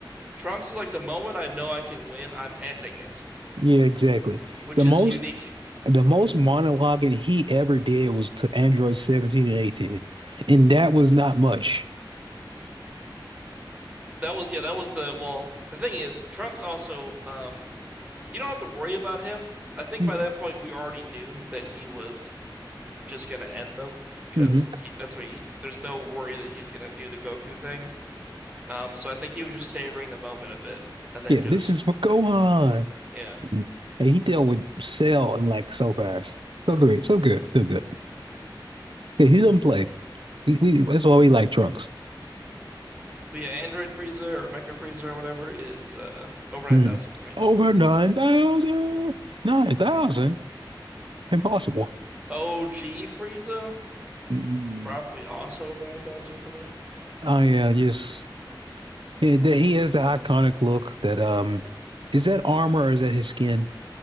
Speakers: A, on the right; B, on the right.
A: Trunks is like the moment I know I can win, I'm ending it,
B: Yeah, exactly.
A: which
B: The
A: is
B: most
A: unique.
B: the most monologuing he ever did was to Android 17 and 18, and that was not much.
A: That was yeah, that was the well, the thing is, Trunks also um you don't have to worry about him. I think
B: Mm-hmm.
A: by that point we already knew that he was just gonna end them because
B: mm-hmm.
A: he that's what he there's no worry that he's gonna do the Goku thing. Um so I think he was just savoring the moment a bit and then
B: Yeah,
A: just
B: this is for Gohan.
A: yeah.
B: Mhm. And he dealt with Cell and like so fast, so great, so good, so good. Yeah, he doesn't play. We, we that's why we like Trunks.
A: But yeah, Android Frieza or Mecha Frieza or whatever is uh over 9,000
B: Mhm.
A: for me.
B: Over 9,000! 9,000? Impossible.
A: OG Frieza
B: Mm.
A: probably also over 9,000 for me.
B: Oh yeah, yes. Yeah, that he has the iconic look that um is that armor or is that his skin?